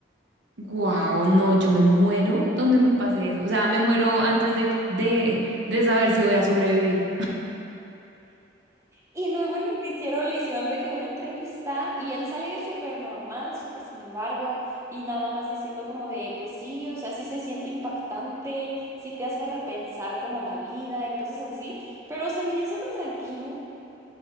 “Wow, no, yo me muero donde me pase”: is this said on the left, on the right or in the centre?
Right